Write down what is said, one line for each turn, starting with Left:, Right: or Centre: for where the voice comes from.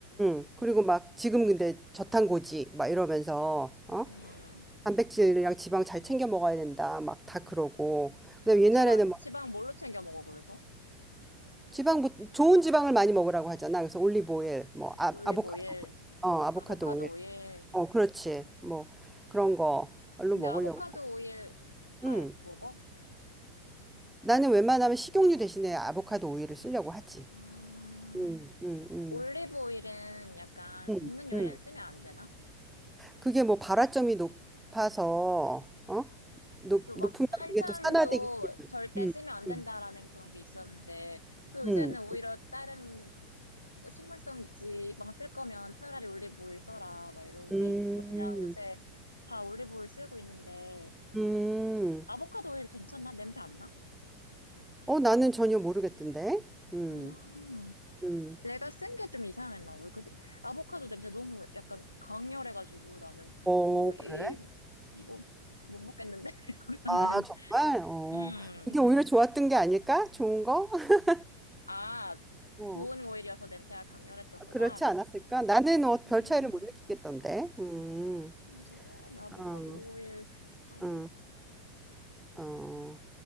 Centre: 음. 그리고 막 지금 근데 저탄고지 막 이러면서, 어?
Left: 음,
Centre: 단백질이랑 지방 잘 챙겨 먹어야 된다. 막 다 그러고. 그다음에 옛날에는
Left: 지방, 지방 뭘로 챙겨 먹어, 그래서?
Centre: 지방 부- 좋은 지방을 많이 먹으라고 하잖아. 그래서 올리브 오일, 뭐 아,
Left: 올리브
Centre: 아보카도,
Left: 오일,
Centre: 오일. 어 아보카도
Left: 아보카도
Centre: 오일,
Left: 오일.
Centre: 어 그렇지, 뭐 그런 걸로
Left: 근데
Centre: 먹으려고.
Left: 아보카도 오일 잘
Centre: 음,
Left: 먹어?
Centre: 나는 웬만하면 식용유 대신에 아보카도 오일을 쓰려고 하지.
Left: 음,
Centre: 음, 음, 음,
Left: 올리브 오일은 약간
Centre: 음,
Left: 굽는 요리에는
Centre: 음.
Left: 쓰면 안 되나?
Centre: 그게 뭐 발화점이 높아서 어 높,
Left: 또
Centre: 높으면
Left: 막 한참
Centre: 그게 또 산화되기.
Left: 또 절대
Centre: 음,
Left: 쓰면 안 된다라는
Centre: 음,
Left: 그런 게 있었는데, 또 요새는
Centre: 음,
Left: 오히려 다른 식물성 지방 쓸 거면 차라리 올리브 오일 써라, 막 이런
Centre: 음,
Left: 게 있어서 그냥 요새 다 올리브 오일 쓰고 있는데,
Centre: 음.
Left: 아보카도 오일 괜찮나? 냄새 안 나?
Centre: 어 나는 전혀 모르겠던데. 음,
Left: 음.
Centre: 음.
Left: 내가 쓴 게 좀 이상했나 봐. 그 아보카도 냄새 너무 약간 강렬해가지고 나는
Centre: 어
Left: 오, 이
Centre: 그래?
Left: 이거 못 먹겠는데 <laughs> 이러면은
Centre: 아, 정말? 어.
Left: 음.
Centre: 그게 오히려 좋았던 게 아닐까? 좋은 거? <laughs>
Left: 아,
Centre: 어.
Left: 좋은 오일이어서 냄새가 강렬했던 거다.
Centre: 그렇지 않았을까? 나는 어, 별
Left: 음.
Centre: 차이를 못 느끼겠던데. 음.
Left: 그래서 어, 나 아보카도
Centre: 어.
Left: 오일 너무
Centre: 음. 어.